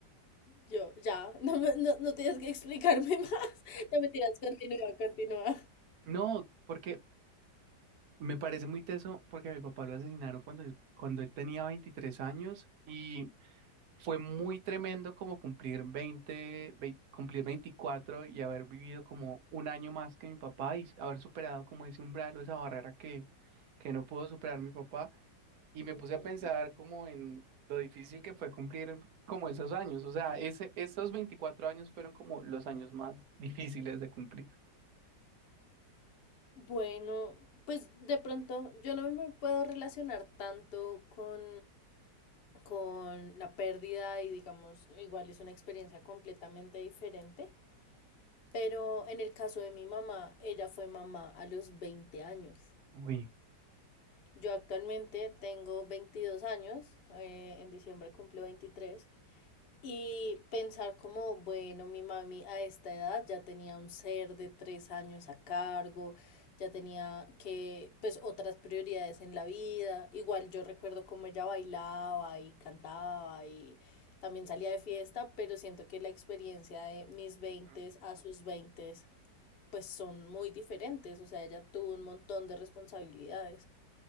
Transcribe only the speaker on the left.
Yo, ya, no, me- no, no tienes que explicarme más. <laughs> No me tiras, continúa, continúa.
Ujú.
Bueno, pues de pronto yo no me puedo relacionar tanto con, con la pérdida y digamos, igual es una experiencia completamente diferente, pero en el caso de mi mamá, ella fue mamá a los 20 años.
Yo actualmente tengo 22 años, eh, en diciembre cumplo 23 y pensar como, bueno, mi mami a esta edad ya tenía un ser de tres años a cargo, ya tenía que, pues, otras prioridades en la vida. Igual yo recuerdo cómo ella bailaba y cantaba y también salía de fiesta, pero siento que la experiencia de mis veintes
a sus veintes pues son muy diferentes, o sea, ella tuvo un montón de responsabilidades.